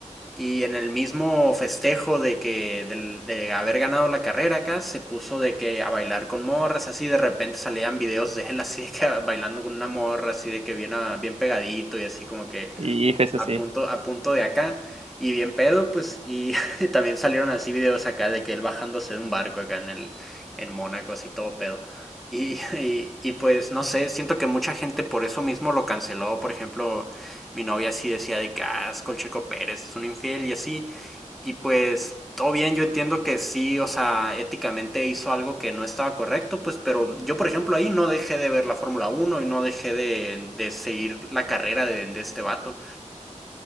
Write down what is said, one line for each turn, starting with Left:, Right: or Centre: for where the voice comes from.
Centre: Y en el mismo festejo de que del- de, haber ganado la carrera acá, se puso de que a bailar con morras, así de repente salían videos de él así de que <laughs> bailando con una morra, así de que bien, ah, bien pegadito y así como que
Right: hijo, eso
Centre: a
Right: sí.
Centre: punto, a punto de acá. Y bien pedo, pues, y <laughs> también salieron así videos acá de que él bajándose de un barco acá en el, en Mónaco, así todo pedo. Y, <laughs> y, y, pues no sé, siento que mucha gente por eso mismo lo canceló. Por ejemplo, mi novia sí decía de que ah, es Colcheco Pérez es un infiel y así. Y pues todo bien, yo entiendo que sí, o sea, éticamente hizo algo que no estaba correcto, pues, pero yo por ejemplo ahí no dejé de ver la Fórmula Uno y no dejé de, de seguir la carrera de, de este vato.